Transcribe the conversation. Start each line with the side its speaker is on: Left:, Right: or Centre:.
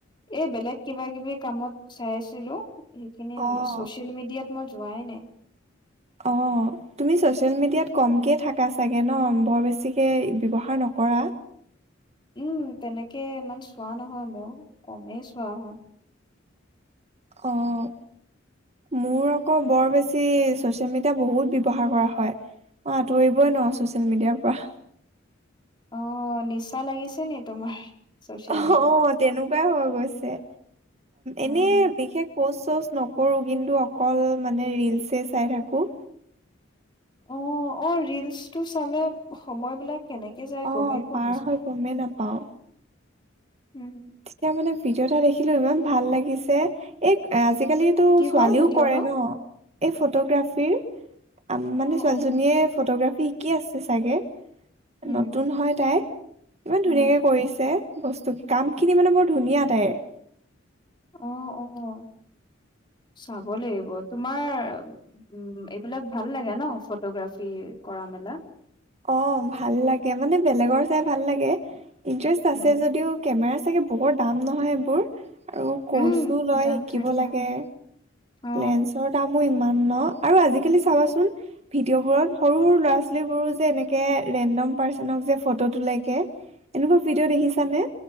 Left: এই বেলেগ কিবা কিবি কামত চাই আছিলো। সেইখিনি
Right: অ',
Left: ছ'চিয়েল মিডিয়াত মই যোৱায়ে নাই।
Right: অ'। তুমি ছ'চিয়েল মিডিয়াত ক'মকে থাকা চাগে ন বৰ বেছিকে ব্যৱহাৰ নকৰা।
Left: উম তেনেকে ইমান চোৱা নহয় বাৰু কমে চোৱা হয়।
Right: অ'। মোৰ আকৌ বৰ বেছি ছ'চিয়েল মিডিয়া বহুত ব্যৱহাৰ কৰা হয়। মই আতঁৰিবয়ে নোৱাৰো ছ'চিয়েল মিডিয়াৰ পৰা।
Left: অ' নিচা লাগিছে নি তোমাৰ ছ'চিয়েল
Right: অ',
Left: মিডিয়াৰ
Right: তেনেকুৱাই হৈ গৈছে এনে
Left: অ'
Right: বিশেষ পষ্ট চষ্ট নকৰো কিন্তু অকল মানে ৰিলচ চাই থাকো
Left: অ অ ৰিলচ টো চালে সময় বিলাক কেনেকে যায়
Right: অ',
Left: গমেই পোৱা
Right: পাৰ
Left: নাচোন
Right: হৈ গমেই নাপাওঁ
Left: উম
Right: তেতিয়া মানে ভিডিঅ' এটা দেখিলো ইমান ভাল লাগিছে এই আজিকালি ছোৱালীও
Left: কিহৰ ভিডিঅ'
Right: কৰে
Left: নো
Right: এই ফটোগ্ৰাফীৰ মানে
Left: অ'
Right: ছোৱালীজনীয়ে
Left: অ'
Right: ফটোগ্ৰাফী শিকি আছে চাগে
Left: উম
Right: নতুন হয় তাই ইমান
Left: উম
Right: ধুনীয়াকে কৰিছে বস্তুত কাম খিনি মানে বৰ ধুনীয়া তাইৰ
Left: অ' অ' চাব লাগিব তোমাৰ উম এইবিলাক ভাল লাগে ন ফটোগ্ৰাফি কৰা মেলা
Right: অ ভাল লাগে মানে বেলেগৰ চাই ভাল লাগে ইণ্টাৰেষ্ট আছে
Left: উম
Right: যদিও কেমেৰা চাগে বৰ দাম নহয় এইবোৰ আৰু কৰ্চো
Left: উম
Right: লয়
Left: দাম
Right: শিকিব
Left: থাকে
Right: লাগে
Left: অ
Right: লেন্সৰ দামো ইমান ন, আৰু আজিকালি চাবাচোন ভিডিঅ'বোৰত সৰু হৰো ল'ৰা-ছোৱালীবোৰো যে এনেকে ৰেনদম পাৰছনক যে ফটো তোলে গে এনেকুৱা ভিডিঅ' দেখিছানে?